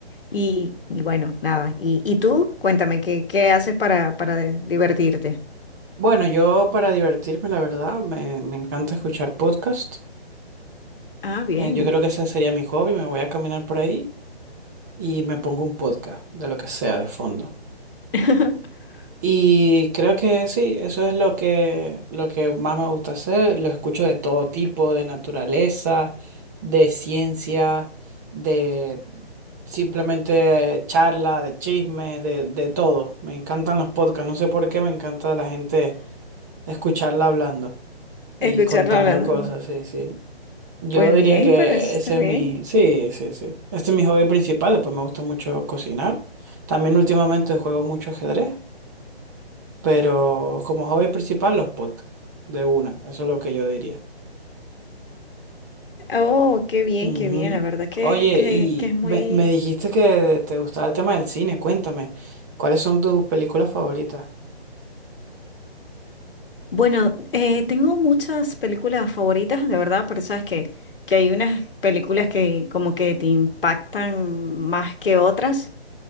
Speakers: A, on the left; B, on the right.
A: Y, y bueno, nada. ¿Y, y tú? Cuéntame, ¿qué, qué haces para, para divertirte?
B: Bueno, yo para divertirme, la verdad, me, me encanta escuchar podcast.
A: Ah, bien.
B: Eh, yo creo que ese sería mi hobby, me voy a caminar por ahí y me pongo un podcast, de lo que sea, de fondo.
A: <laughs>
B: Y creo que sí, eso es lo que, lo que más me gusta hacer. Lo escucho de todo tipo, de naturaleza, de ciencia, de simplemente charla, de chisme, de, de todo. Me encantan los podcasts, no sé por qué me encanta la gente escucharla hablando y
A: Escucharlo
B: contando
A: hablando.
B: cosas, sí, sí. Yo
A: Pues
B: diría
A: bien,
B: que
A: pero eso está
B: ese
A: bien.
B: es mi, sí, sí, sí. Este es mi hobby principal, después me gusta mucho cocinar. También últimamente juego mucho ajedrez. Pero como hobby principal, los podcasts, de una, eso es lo que yo diría.
A: Oh, qué bien,
B: Ujú.
A: qué bien. La verdad que,
B: Oye,
A: que,
B: y
A: que es muy,
B: me, me dijiste que te gustaba el tema del cine, cuéntame, ¿cuáles son tus películas favoritas?
A: Bueno, eh, tengo muchas películas favoritas, de verdad, pero sabes que, que hay unas películas que como que te impactan más que otras.